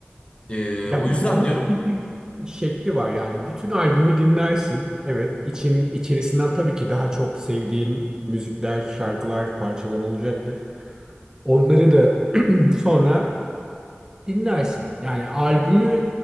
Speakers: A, on the left; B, on the right.
A: e, o
B: Ya bir
A: yüzden
B: doğru
A: diyorum
B: tüketim şekli var yani. Bütün albümü dinlersin. Evet, için içerisinden tabii ki daha çok sevdiğin müzikler, şarkılar, parçalar olacaktır. Onları da <clears throat> sonra dinlersin. Yani albümü